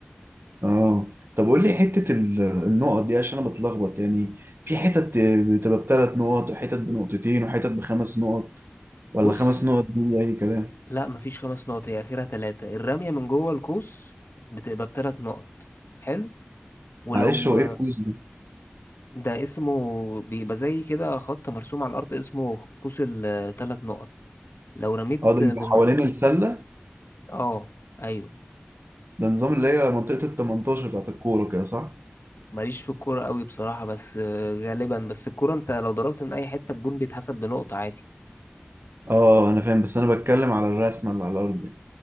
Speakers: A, on the right; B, on the left.
A: اه طب قول لي حتة ال- النقط دي عشان انا بتلخبط يعني في حتت بتبقى بثلاث نقط وحتت بنقطتين وحتت بخمس نقط ولا
B: بص
A: خمس نقط دي اي كلام
B: لا مفيش خمس نقط هي اخرها ثلاثه الرميه من جوه القوس بتبقى بثلاث نقط حلو ولو
A: معلش هو ايه الكويز
B: ده اسمه بيبقى زي كده خط مرسوم على الارض اسمه قوس الثلاث نقط لو رميت
A: اه ده
B: من
A: بيبقى حوالين السلة
B: اه ايوه
A: ده نظام اللي هي منطقة ال 18 بتاعت الكورة كده صح؟
B: ماليش في الكورة قوي بصراحة بس آه، غالبا بس الكورة انت لو ضربت من اي حتة الجون بيتحسب بنقطة عادي
A: اه انا فاهم بس انا بتكلم على الرسمة اللي على الأرض يعني.